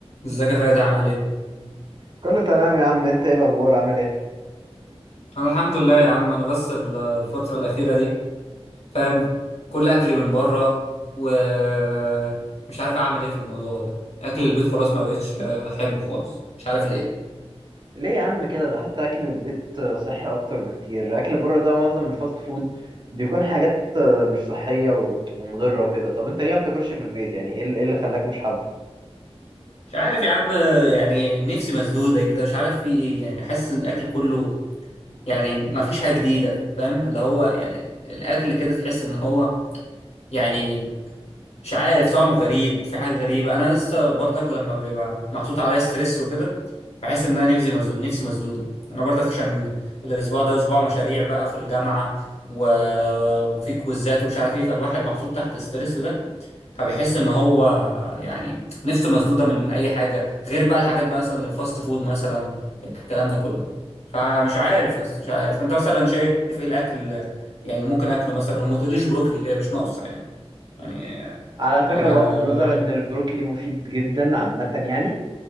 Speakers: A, on the left; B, on the right.
A: ازيك يا فادي عامل ايه؟
B: كله تمام يا عم انت ايه الاخبار عامل ايه
A: انا الحمد لله يا عم انا بس ال- الفترة الأخيرة دي فاهم كل أكلي من بره ومش عارف أعمل ايه في الموضوع ده أكل البيت خلاص ما بقتش آه، أحبه خالص مش عارف ليه
B: ليه يا عم كده ده حتى اكل البيت صحي اكتر بكتير اكل بره ده معظم الفاست فود بيكون حاجات مش صحية و- ومضرة وكده طب انت ليه ما بتاكلش في البيت يعني ايه اللي ايه اللي خلاك مش حابه
A: مش عارف يا عم آه، يعني نفسي مسدودة كده مش عارف في ايه يعني حاسس إن الأكل كله يعني ما فيش حاجة جديدة فاهم اللي هو يعني الأكل كده تحس إن هو يعني مش عارف طعمه غريب في حاجة غريبة أنا لسه برضك لما بيبقى محطوط عليا ستريس وكده بحس إن أنا نفسي مزنوق نفسي مسدودة أنا برضك عشان الأسبوع ده أسبوع مشاريع بقى في الجامعة و... وفي كويزات ومش عارف إيه فالواحد محطوط تحت الستريس ده فبيحس إن هو يعني نفسه مسدودة من أي حاجة غير بقى الحاجات بقى مثلا الفاست فود مثلا الكلام ده كله فمش عارف يا اسطى مش عارف أنت مثلا شايف إيه الأكل يعني اللي ممكن آكله مثلا وما تقوليش بروكلي هي مش ناقصة يعني يعني
B: على فكرة
A: انا
B: بغض النظر
A: الواحد
B: ان البروكلي مفيد جدا عامة يعني